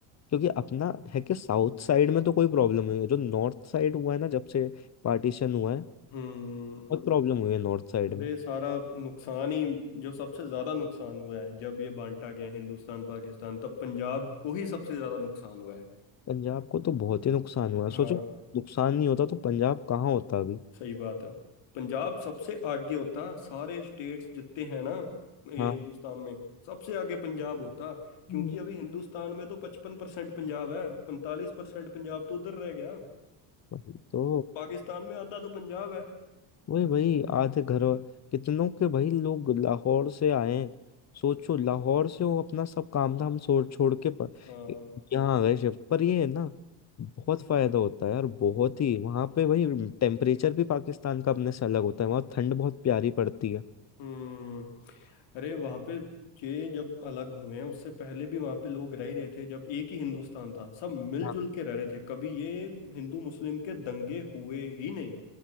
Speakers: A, on the left; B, on the left.
A: क्योंकि अपना है कि साउथ साइड में तो कोई प्रॉब्लम नहीं है जो नॉर्थ साइड हुआ है ना जब से पार्टीशन हुआ है
B: हम्म
A: बहुत प्रॉब्लम हुई है नॉर्थ साइड
B: अरे
A: में
B: सारा नुकसान ही जो सबसे ज्यादा नुकसान हुआ है जब ये बांटा गया हिंदुस्तान पाकिस्तान तब पंजाब को ही सबसे ज्यादा नुकसान हुआ है
A: पंजाब को तो बहुत ही नुकसान हुआ है
B: हाँ
A: सोचो नुकसान नहीं होता तो पंजाब कहाँ होता अभी
B: सही बात है पंजाब सबसे आगे होता सारे स्टेट्स जितने हैं ना ये
A: हाँ
B: हिंदुस्तान में सबसे आगे पंजाब होता क्योंकि
A: हम्म।
B: अभी हिंदुस्तान में तो पचपन परसेंट पंजाब है पैंतालीस परसेंट पंजाब तो उधर रह गया
A: वही तो
B: पाकिस्तान में आधा तो पंजाब है
A: वही भाई आधे घर कितनों के भाई लोग लाहौर से आए हैं सोचो लाहौर से वो अपना सब काम धाम छोड़ छोड़ के प,
B: हाँ
A: यहाँ आ गए शिफ्ट पर ये है ना बहुत फायदा होता है यार बहुत ही वहाँ पे भाई टेम्परेचर भी पाकिस्तान का अपने से अलग होता है वहाँ ठंड बहुत प्यारी पड़ती है
B: हम्म अरे वहां पे ये जब अलग हुए हैं उससे पहले भी वहां पे लोग रह ही रहे थे जब एक ही हिंदुस्तान था सब मिलजुल
A: हाँ
B: के रह रहे थे कभी ये हिंदू मुस्लिम के दंगे हुए ही नहीं